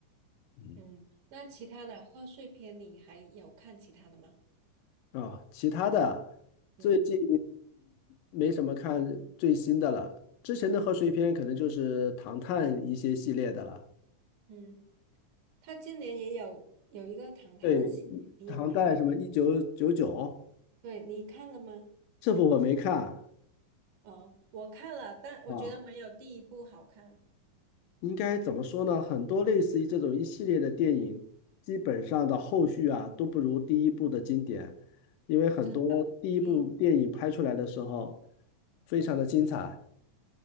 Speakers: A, on the left; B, on the right.
A: 嗯。
B: 嗯那其他的贺岁片你还有看其他的吗？
A: 啊，其他的最近
B: 嗯
A: 没什么看最新的了，之前的贺岁片可能就是唐探一些系列的了。
B: 嗯。他今年也有有一个唐探的戏，
A: 对，
B: 你有看吗？
A: 唐代什么一九九九，
B: 对，你看了吗？
A: 这部我没看
B: 哦，我看了，但我觉得没有第一部好看，
A: 啊。应该怎么说呢？很多类似于这种一系列的电影，基本上的后续啊都不如第一部的经典，因为很多第一部电影拍出来的时候
B: 真的。第
A: 非常的精彩。